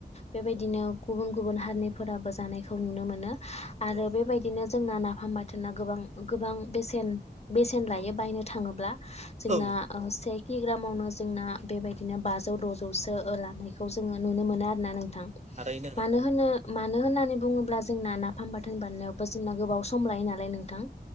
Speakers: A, on the left; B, on the right.
A: बेबायदिनो गुबुन गुबुन हारिनिफोराबो जानायखौ नुनो मोनो आरो
B: औ
A: बेबायदिनो जोंना नाफाम बाथोना गोबां गोबां बेसेन बेसेन लायो
B: औ
A: बायनो थाङोब्ला जोंना
B: औ
A: सेक किग्रामावनो जोंना बेबायदिनो बाजौ द'जौसो लानायखौ जोंङो नुनो मोनो आरोना नों थां
B: थारैनो नोंथां
A: मानो होनो मानो होनो होननानै बुङोब्ला जोंना नाफाम बाथोन बानायनायावबो जोंना गोबाव सम लायो नालाय नोंथां